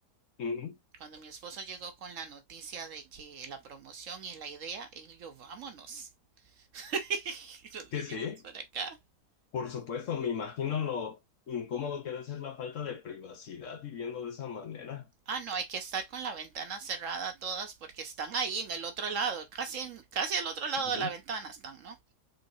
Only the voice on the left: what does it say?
ujú,
Que
sí.
Por supuesto, me imagino lo incómodo que debe ser la falta de privacidad viviendo de esa manera.
Ujú.